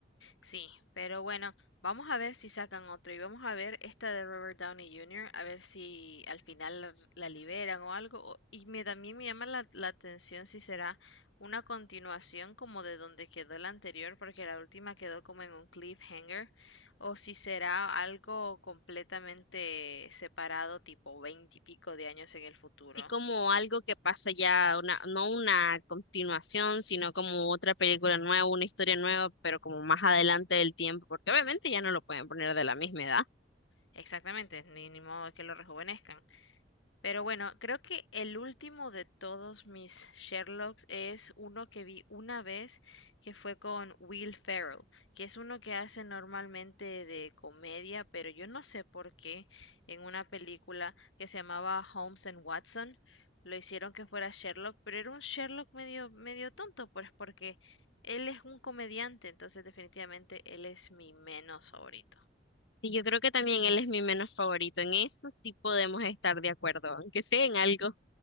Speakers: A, on the left (about 85°); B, on the left (about 70°).
A: Sí, pero bueno, vamos a ver si sacan otro y vamos a ver esta de Robert Downey Jr., a ver si al final la, la liberan o algo. o- Y me, también me llama la, la atención si será una continuación como de donde quedó la anterior, porque la última quedó como en un cliffhanger, o si será algo completamente separado, tipo veinte y pico de años en el futuro.
B: sí como algo que pasa ya, una, no una continuación, sino como otra película nueva, una historia nueva, pero como más adelante del tiempo, porque obviamente ya no lo pueden poner de la misma edad.
A: Exactamente, ni, ni modo que lo rejuvenezcan. Pero bueno, creo que el último de todos mis Sherlocks es uno que vi una vez, que fue con Will Ferrell, que es uno que hace normalmente de comedia, pero yo no sé por qué en una película que se llamaba Holmes and Watson lo hicieron que fuera Sherlock, pero era un Sherlock medio medio tonto, pues porque él es un comediante, entonces definitivamente él es mi menos favorito.
B: Sí, yo creo que también él es mi menos favorito. En eso sí podemos estar de acuerdo, aunque sea en algo.